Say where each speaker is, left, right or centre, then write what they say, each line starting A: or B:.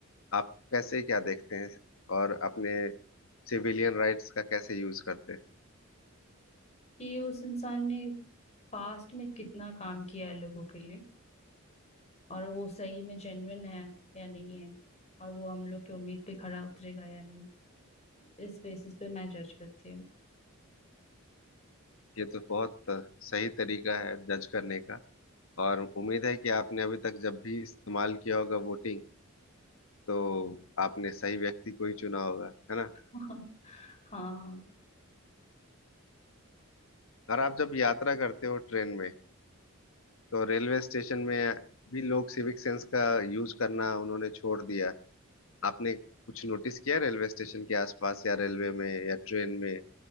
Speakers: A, on the left; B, on the left.
A: आप कैसे क्या देखते हैं और अपने सिविलियन राइट्स का कैसे यूज करते हैं
B: कि उस इंसान ने पास्ट में कितना काम किया है लोगों के लिए और वो सही में जेन्युइन है या नहीं है और वो हम लोग की उम्मीद पे खरा उतरेगा या नहीं इस बेसिस पे मैं जज करती हूँ
A: ये तो बहुत सही तरीका है जज करने का और उम्मीद है कि आपने अभी तक जब भी इस्तेमाल किया होगा वोटिंग तो आपने सही व्यक्ति को ही चुना होगा है ना
B: <laughs> हाँ हाँ
A: और आप जब यात्रा करते हो ट्रेन में तो रेलवे स्टेशन में भी लोग सिविक सेंस का यूज करना उन्होंने छोड़ दिया आपने कुछ नोटिस किया रेलवे स्टेशन के आसपास या रेलवे में या ट्रेन में